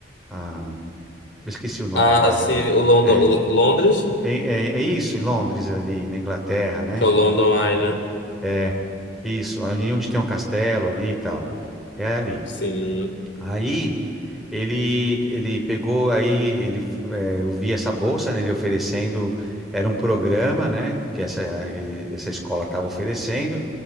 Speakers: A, in the centre; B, on the left (about 65°).
A: Ah, eu esqueci o nome
B: Ah,
A: agora
B: sim,
A: de lá.
B: o London,
A: É,
B: o Londres,
A: é, é, é isso, em Londres, ali, na Inglaterra, né?
B: que é o London Eye, né?
A: É, isso, ali onde tem um castelo ali e tal. É ali.
B: Sim.
A: Aí, ele, ele pegou, aí, ele, é, eu vi essa bolsa, né, ele oferecendo, era um programa, né, que essa, eh, essa escola estava oferecendo,